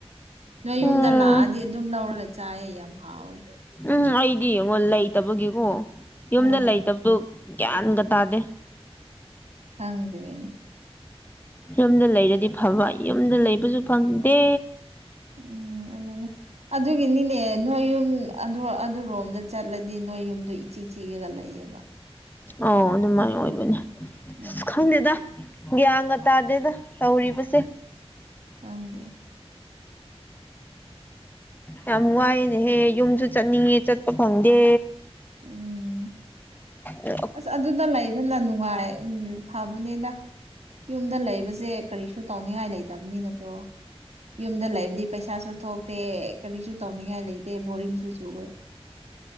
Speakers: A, on the right; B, on the left.
A: ꯅꯣꯏ
B: ꯎꯝ
A: ꯌꯨꯝꯗ ꯂꯥꯛꯑꯗꯤ ꯑꯗꯨꯝ ꯂꯧꯔꯒ ꯆꯥꯏꯌꯦ ꯌꯥꯝ ꯍꯥꯎꯏ
B: ꯎꯝ ꯑꯩꯗꯤ ꯌꯦꯡꯉꯣ ꯂꯩꯇꯕꯒꯤꯀꯣ ꯌꯨꯝꯗ
A: ꯎꯝ
B: ꯂꯩꯇꯕꯗꯣ ꯒ꯭ꯌꯥꯟꯒ ꯇꯥꯗꯦ
A: ꯈꯪꯗꯔꯦꯅꯦ
B: ꯌꯨꯝꯗ ꯂꯩꯔꯗꯤ ꯐꯕ ꯌꯨꯝꯗ ꯂꯩꯕꯁꯨ ꯐꯪꯗꯦ
A: ꯎꯝ ꯑꯗꯨꯅꯦ ꯑꯗꯨꯒꯤꯅꯤꯅꯦ ꯅꯣꯏ ꯌꯨꯝ ꯑꯗꯨꯔꯣꯝꯗ ꯆꯠꯂꯗꯤ ꯅꯣꯏ ꯌꯨꯝꯗꯣ ꯏꯆꯤꯛ ꯆꯤꯛꯑꯒ ꯂꯩꯌꯦꯕ
B: ꯑꯣ ꯑꯗꯨꯃꯥꯏꯅ ꯑꯣꯏꯕꯅꯦ
A: ꯎꯝ
B: ꯑꯁ ꯈꯪꯗꯦꯗ ꯒ꯭ꯌꯥꯟꯒ ꯇꯥꯗꯦꯗ ꯇꯧꯔꯤꯕꯁꯦ
A: ꯌꯥꯪꯗꯦ
B: ꯌꯥꯝ ꯋꯥꯏꯅꯦꯍꯦ ꯌꯨꯝꯁꯨ ꯆꯠꯅꯤꯡꯉꯦ ꯆꯠꯄ ꯐꯪꯗꯦ
A: ꯎꯝ
B: ꯑꯦ
A: ꯑꯁ ꯑꯗꯨꯗ ꯂꯩꯕꯅ ꯅꯨꯡꯉꯥꯏ ꯐꯕꯅꯦꯗ ꯌꯨꯝꯗ ꯂꯩꯕꯁꯦ ꯀꯔꯤꯁꯨ ꯇꯧꯅꯤꯡꯉꯥꯏ ꯂꯩꯇꯕꯅꯤꯅꯀꯣ ꯌꯨꯝꯗ ꯂꯩꯕꯗꯤ ꯄꯩꯁꯥꯁꯨ ꯊꯣꯛꯇꯦ ꯀꯔꯤꯁꯨ ꯇꯧꯅꯤꯡꯉꯥꯏ ꯂꯩꯇꯦ ꯕꯣꯔꯤꯡꯁꯨꯁꯨ ꯑꯣꯏ